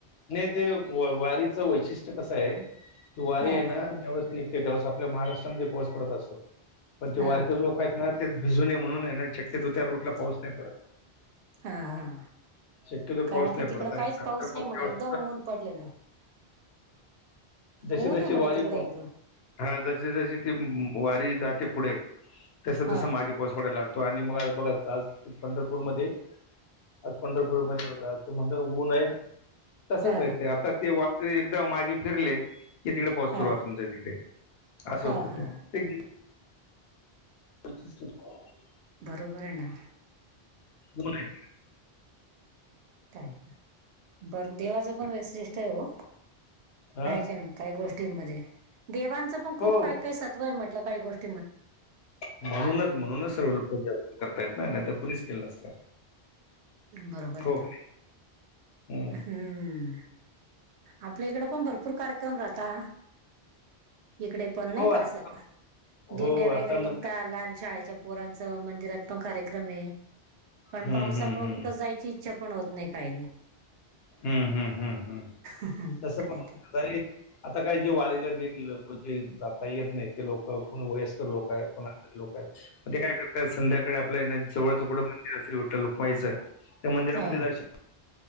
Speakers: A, on the left; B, on the right.
A: नाही ते वारीचं वैशिष्ट्य कस आहे वारी
B: हा
A: आहे ना ज्यावेळेस निघ ते त्या वेळेस आपल्या महाराष्ट्रामध्ये पाऊस पडत असतो पण ते
B: हा
A: वारकरी लोक आहेत ना भिजू नये म्हणून हाय ना शक्यतो त्या रूट ला पाऊस नाही पडत.
B: हा हा
A: शक्यतो
B: कारण
A: पाऊस
B: की
A: नाही
B: तिकडं
A: पडत आणि
B: काहीच
A: <unintelligible>
B: पाऊस नाही म्हणे एकदम
A: अं?
B: ऊन पडलेलं
A: जसी
B: ऊन
A: जसी
B: आहे म्हणे
A: वारी
B: तिकडं
A: प्रमु
B: एकदम
A: हा जशी जशी ती वारी जाते पुढे तस
B: हा
A: तस मागे पाऊस पडाय लागतो आणि मग बघा आज पंढरपूर मध्ये आज पंढरपूरमध्ये बघा तूम्ही म्हणता ऊनय तसचय
B: हा
A: ते आता ते वारकरी एकदा मागे फिरले कि तिकडे पाऊस
B: हा
A: सुरुवात होउन जाईल तिकडे असं
B: हा
A: होतं
B: हा
A: ते त्यां <unintelligible>
B: बरोबरय ना.
A: कोणय तिकडं?
B: काय का बरं देवाचं पण वैशिष्टठ आहे हो
A: हा
B: हाये का नाही? काही गोष्टींमध्ये देवांचं पण खूप
A: हो
B: काय
A: मग
B: काही सत्व आहे म्हटलं काही गोष्टी
A: म्हणूनच म्हणूनच सर्व लोक जास्त करतायेत ना नाही तर कोणीच असत
B: बरोबर
A: हो का <unintelligible>
B: हम आपल्या इकड पण भरपूर कार्य क्रम राहता इकडे पण नाही
A: हो आता
B: का असं दिंड्या
A: हो
B: वगैरे
A: आता म्हण
B: निघता लहान शाळेच्या पोरांच मंदिरात पण कार्यक्रम हे पण
A: हम्म
B: पावसामुळे
A: हम्म हम्म
B: कुठे जायची इच्छा पण होत काही नाही.
A: हम्म हम्म हम्म हम्म
B: नाही
A: तस
B: काय तर
A: तरी आता काय जे वारीला गे लोक जे जाता येत नाही ते लोक कोण वयस्कर लोक आहेत कोण आजारी लोक आहेत ते काय करतात. संध्याकाळी आपलं हेन जवळ कुठं मंदिर विठ्ठल रूकमाईचं त्या मंदिरामध्ये
B: हा
A: दर्शन